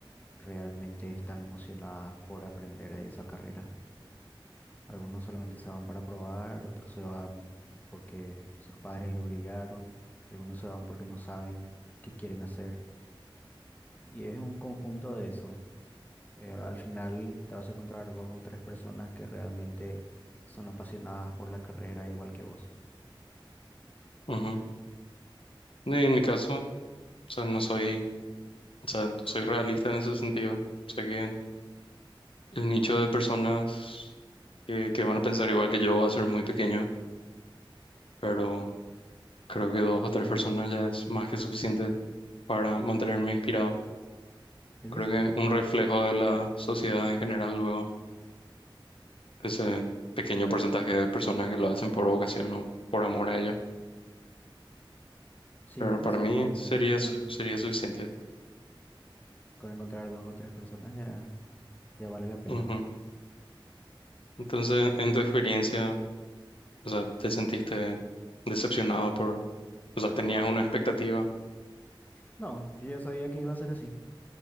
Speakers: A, on the left; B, on the left.
A: realmente están emocionadas por aprender de esa carrera. Algunos solamente se van para probar, otros se van porque sus padres le obligaron, algunos se van porque no saben qué quieren hacer. Y es un conjunto de eso. Eh, al final te vas a encontrar dos o tres personas que realmente son apasionadas por la carrera igual que vos.
B: Ujú. Y En mi caso, o sea, no soy, o sea, soy realista en ese sentido. Sé que el nicho de personas que, que van a pensar igual que yo va a ser muy pequeño, pero creo que dos o tres personas ya es más que suficiente para mantenerme inspirado.
A: Eso
B: Creo
A: sí,
B: que un reflejo de la sociedad en general luego. ese pequeño porcentaje de personas que lo hacen por vocación o por amor a ello.
A: sí,
B: Pero
A: eso
B: para
A: sí,
B: mí
A: con,
B: sería,
A: con
B: su- sería suficiente.
A: Con encontrar dos o tres personas ya, ya vale la pena.
B: Ujú. Entonces, en tu experiencia, o sea, ¿te sentiste decepcionado por, o sea, tenías una expectativa?
A: No, yo ya sabía que iba a ser así,